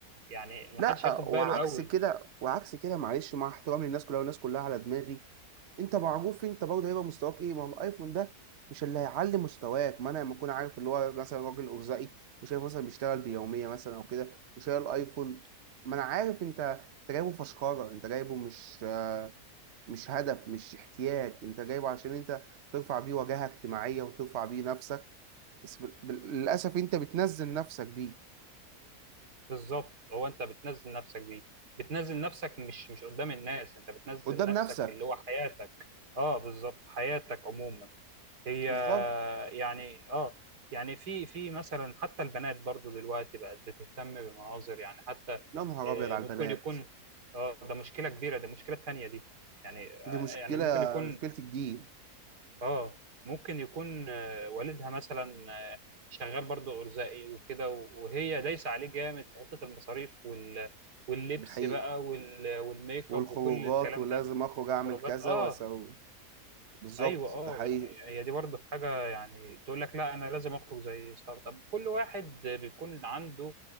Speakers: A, on the right (about 90°); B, on the right (about 55°).
A: يعني ما
B: لا
A: حدش هياخد
B: وعكس
A: باله قوي
B: كده وعكس كده معلش مع احترامي للناس كلها والناس كلها على دماغي انت معروف انت برضه هيبقى مستواك ايه ما هو الايفون ده مش اللي هيعلي مستواك ما انا لما اكون عارف اللي هو مثلا راجل ارزاقي وشايف مثلا بيشتغل بيوميه مثلا او كده وشايل الايفون ما انا عارف انت انت جايبه فشخره انت جايبه مش مش هدف مش احتياج انت جايبه عشان انت ترفع بيه واجهه اجتماعيه وترفع بيه نفسك بس بال- بال- للاسف انت بتنزل نفسك بيه
A: بالظبط هو انت بتنزل نفسك بيه بتنزل نفسك مش مش قدام الناس انت بتنزل
B: قدام
A: نفسك
B: نفسك
A: اللي هو حياتك اه بالظبط حياتك عموما هي
B: بالظبط
A: يعني اه يعني في في مثلا حتى البنات برضو دلوقتي بقت بتهتم بمناظر يعني حتى
B: يا نهار
A: آه،
B: ابيض على
A: ممكن
B: البنات
A: يكون اه ده مشكلة كبيرة ده مشكلة تانية دي يعني آه،
B: دي مشكلة
A: يعني ممكن يكون
B: مشكلة الجيل
A: اه ممكن يكون آه، والدها مثلا آه، شغال برضه ارزاقي وكده و- وهي دايسه عليه جامد في حته المصاريف وال... واللبس
B: ده حقيقي
A: بقى وال... والميك
B: والخروجات
A: اب وكل الكلام
B: ولازم
A: ده
B: أخرج
A: والخروجات
B: أعمل كذا
A: اه
B: وأسوي بالظبط
A: ايوه اه
B: ده حقيقي
A: يعني هي دي برضه حاجه يعني تقول لك لا انا لازم اخرج زي صحابي طب كل واحد بيكون عنده